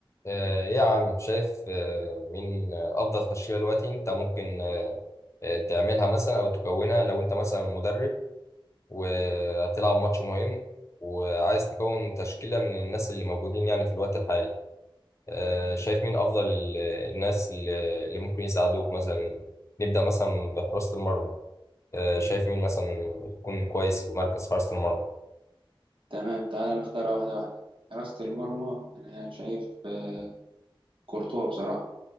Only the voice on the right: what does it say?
تمام تعال نختارها واحدة واحدة حراسة المرمى أنا شايف آه، كورتوا بصراحة